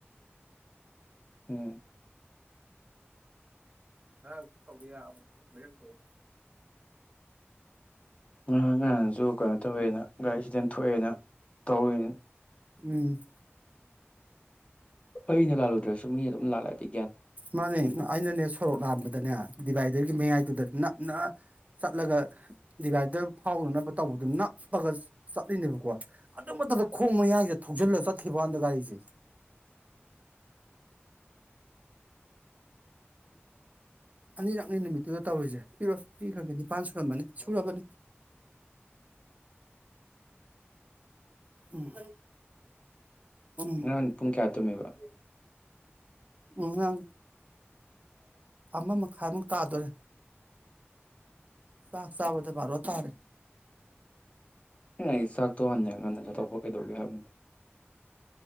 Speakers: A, on the left; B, on the right.
A: ꯎꯝ
B: ꯉꯔꯥꯡꯁꯨ ꯇꯧꯕꯤ ꯌꯥꯅꯦ ꯍꯣꯔꯦꯟ ꯇꯧ
A: ꯉꯔꯥꯟ ꯉꯍꯥꯟꯁꯨ ꯀꯩꯅꯣ ꯇꯧꯋꯦꯅ ꯒꯥꯔꯤ ꯑꯦꯛꯁꯤꯗꯦꯟ ꯊꯣꯛꯑꯦꯅ ꯇꯧꯔꯤꯅꯦ ꯫
B: ꯎꯝ
A: ꯑꯩꯅ ꯂꯥꯜꯂꯨꯗ꯭ꯔꯁꯨ ꯃꯤꯅ ꯑꯗꯨꯝ ꯂꯥꯜꯂꯗꯤ
B: ꯃꯥꯅꯦ ꯑꯩꯅꯅꯦ ꯁꯧꯔꯣꯛ ꯂꯥꯟꯕꯗꯅꯦ ꯗꯤꯚꯥꯏꯗꯔꯒꯤ ꯃꯌꯥꯏꯗꯨꯨꯗ ꯅꯞꯅ ꯆꯠꯂꯒ ꯗꯤꯚꯥꯏꯗꯔ ꯐꯥꯎꯗꯅꯕ ꯇꯧꯕꯗꯨ ꯅꯞꯄꯒ ꯆꯠꯂꯤꯅꯦꯕꯀꯣ ꯑꯗꯨ ꯃꯇꯝꯗ ꯈꯣꯡ ꯃꯌꯥꯡꯁꯦ ꯊꯧꯖꯤꯜꯂꯒ ꯆꯠꯈꯤꯕ ꯍꯥꯟꯗ ꯒꯥꯔꯤꯁꯦ ꯫
A: <inaudible>
B: ꯑꯅꯤꯔꯛꯅꯤ ꯅꯨꯃꯤꯠꯇꯨꯗ ꯇꯧꯔꯤꯁꯦ ꯄꯤꯔꯣ ꯄꯤꯈ꯭ꯔꯒꯦ ꯅꯤꯄꯥꯟ ꯁꯨꯔꯝꯕꯅꯤ ꯁꯨꯔꯕꯅꯤ ꯫ ꯎꯝ ꯎꯝ
A: ꯉꯔꯥꯡ ꯄꯨꯡ ꯀꯌꯥ ꯇꯨꯝꯃꯤꯕ
B: ꯉꯔꯥꯡ ꯑꯃ ꯃꯈꯥꯏꯃꯨꯛ ꯇꯥꯗꯣꯔꯦ ꯆꯥꯛ ꯆꯥꯕꯗ ꯕꯔꯣ ꯇꯥꯔꯦ꯫
A: ꯑꯩꯅ ꯍꯥꯏꯗꯤ ꯆꯥꯛꯇꯣ ꯍꯟꯅ ꯉꯟꯂꯤ ꯀꯟꯗ ꯆꯠꯊꯣꯛꯄ ꯀꯩꯗꯧꯒꯦꯕ ꯍꯥꯏꯕꯅꯤꯗ ꯫